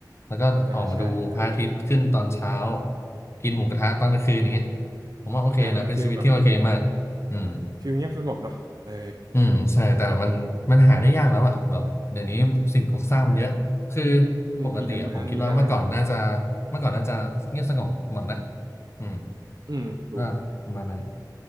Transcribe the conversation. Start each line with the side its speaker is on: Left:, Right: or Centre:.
Left: แล้วก็ออกมาดูพระอาทิตย์ขึ้นตอนเช้า
Right: อ่าใช่ใช่
Left: กินหมูกระทะตอนกลางคืนอย่างเงี้ย
Right: เป็น
Left: ผมว่าโอเคนะเป็นชีวิตที่โอเคมาก
Right: อ่าเป็นฟิลแบบ
Left: อืม
Right: ฟิลเงียบสงบเนาะเออ
Left: อืมใช่แต่มันมันหาได้ยากแล้วอ่ะแบบเดี๋ยวนี้สิ่งปลูกสร้างมันเยอะคือ
Right: ดีดีอ่าอืมมีแต่เมืองมีแต่อะไร
Left: ปกติอะผมคิดว่าเมื่อก่อนน่าจะเมื่อก่อนน่าจะเงียบสงบหมดนะอืม
Right: อืมถูก
Left: ก็ประมาณนั้น